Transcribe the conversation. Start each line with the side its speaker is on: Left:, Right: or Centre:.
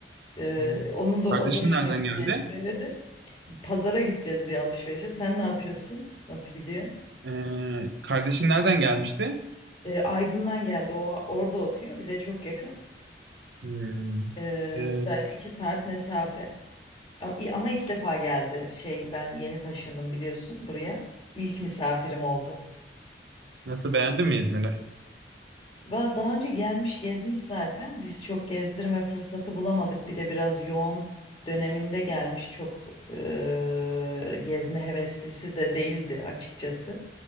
Left: e,
Right: Hı.
Left: onun da
Right: Kardeşin
Left: o da hoşuna
Right: nereden
Left: gideceğini
Right: geldi?
Left: söyledi. Pazara gideceğiz bir alışverişe. Sen ne yapıyorsun? Nasıl gidiyor?
Right: Ee, kardeşin nereden gelmişti?
Left: E, Aydın'dan geldi. O orada okuyor. Bize çok yakın.
Right: Hmm.
Left: E,
Right: Ee,
Left: da iki saat mesafe. A- i- Ama iki defa geldi. Şey ben yeni taşındım biliyorsun buraya. İlk misafirim oldu.
Right: nasıl beğendin mi İzmir'i?
Left: Va- Daha önce gelmiş gezmiş zaten. Biz çok gezdirme fırsatı bulamadık. Bir de biraz yoğun döneminde gelmiş. Çok eee, gezme heveslisi de değildi açıkçası.